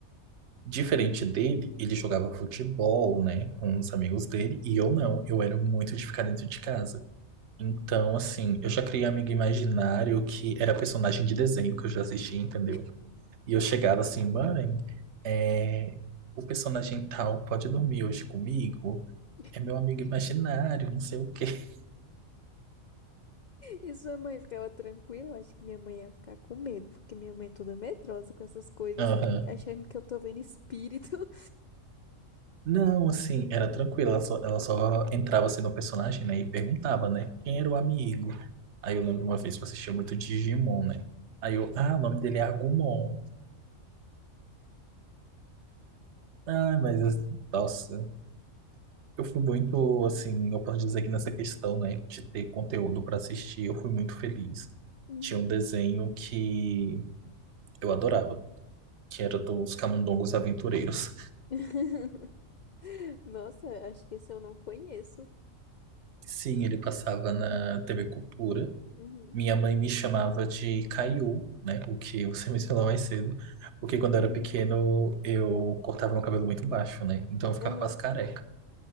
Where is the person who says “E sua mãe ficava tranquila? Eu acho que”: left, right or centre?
Left